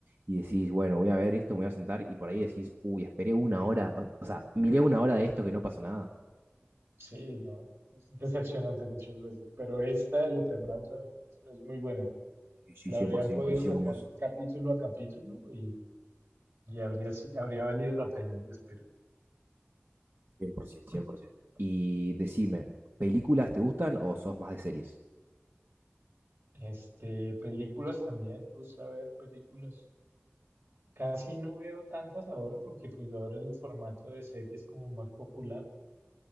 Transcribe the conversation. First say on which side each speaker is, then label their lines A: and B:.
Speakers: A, on the right; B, on the right.
A: y decís, bueno, voy a ver esto, me voy a sentar y por ahí decís, uy, esperé una hora, o o sea, miré una hora de esto que no pasó nada.
B: Sí, no, es decepcionante muchas veces, pero esta, El Eternauta, es, es muy buena.
A: Sí, sí,
B: La
A: 100%,
B: habrían podido
A: coincido
B: sacar
A: con vos.
B: capítulo a capítulo y Y habría, si- habría valido la pena la espera.
A: cien por 100%. Y decime, ¿películas te gustan o sos más de series?
B: Este, películas también, me gusta ver películas. Casi no veo tantas ahora porque pues ahora el formato de serie es como más popular,